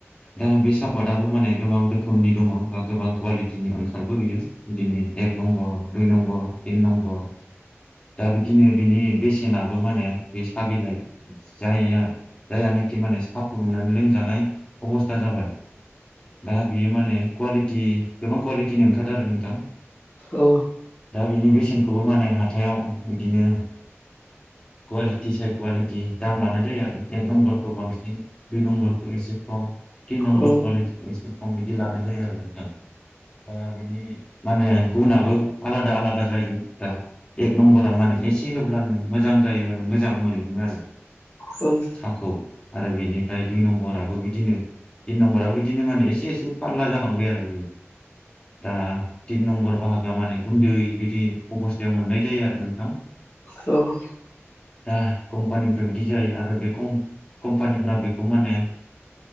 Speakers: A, on the left; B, on the left.
A: दा बे सापादाबो माने गोबां रोखोमनि दङ बा गोबां कुवालिटिनि ओंखारबो बेयो। बिदिनो एक नम्बर दुइ नम्बर तिन नम्बर। दा बिदिनो बिनि बेसेनाबो माने बे सा बिलाइ जायया जायानाखि माने साहा फुदुंनानै लोंजानाय अबस्था जाबाय दा बियो माने कुवालिटि गोबां कुवालिटिनो ओंखारो आरो नोंथां।
B: औ
A: दा बिनि बेसेनखौबो माने हाथायाव बिदिनो कुवालिटि साय कुवालिटि दाम लानाय जायो आरो एक नम्बरखौ बांसिन दुइ नम्बरखौ एसे खम थिन नम्बर
B: औ
A: कुवालिटिखौ एसे खम बिदि लानाय जायो आरो नोंथां। दा बिनि माने गुनाबो आलादा आलादा जायो दा एक नम्बरा माने एसे होब्लानो मोजां जायो आरो मोजां मोनलोङो आरो
B: औ
A: साहाखौ आरो बेनिफ्राय दुइ नम्बराबो बि दिनो थिन नम्बाराबो बिदिनो माने एसे एसे फारला जालांबाय आरो दा तिन नम्बर बाहागोया माने गुन्दै बिदि अबस्थायाव मोननाय जायो आरो नोंथां।
B: औ
A: दा कम्पानिफ्रा बिदि जायो आरो बेखौ कम्पानिफ्रा बेखौ मानो